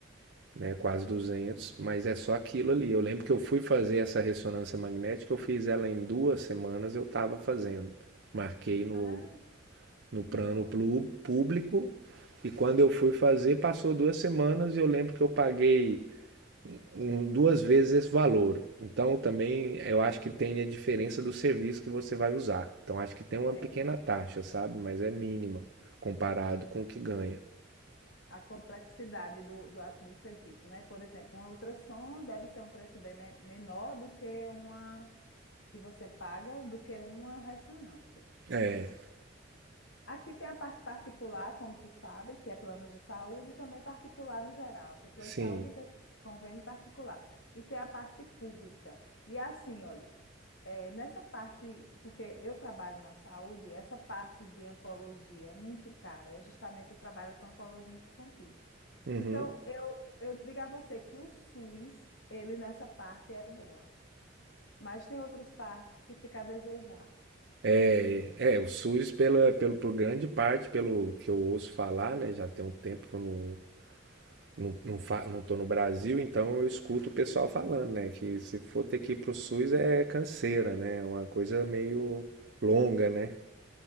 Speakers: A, on the right; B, on the left.
A: né, quase duzentos mas é só aquilo ali. Eu lembro que eu fui fazer essa ressonância magnética, eu fiz ela em duas semanas, eu estava fazendo. Marquei no,
B: ah,
A: no plano
B: Que bom.
A: público e quando eu fui fazer, passou duas semanas e eu lembro que eu paguei um- um, duas vezes esse valor. Então também eu acho que tem a diferença do serviço que você vai usar. Então acho que tem uma
B: É,
A: pequena taxa, sabe? Mas é mínima comparado
B: Sim.
A: com o que ganha.
B: A complexidade do, do, a- do serviço, né? Por exemplo, um ultrassom deve ser um preço bem me- menor do que uma que você paga do que uma ressonância.
A: É,
B: Aqui tem a parte particular, como tu sabe, que é planos de saúde e também particular no geral. Tem plano
A: sim.
B: de saúde e tem convênio particular. E tem a parte pública. E assim, olha, é, nessa parte, porque eu trabalho na saúde, essa parte de oncologia é muito cara. É justamente eu trabalho com oncologia infantil.
A: Uhum.
B: Então, eu, eu digo a você que o SUS, ele nessa parte é boa, mas tem outras partes que fica a desejar.
A: É, é, o SUS, pela, pelo, por grande parte, pelo que eu ouço falar, né? Já tem um tempo que eu não, não, não, fa, não tô no Brasil, então eu escuto o pessoal falando, né? Que se for ter que ir pro SUS é canseira, né? É uma coisa meio longa, né?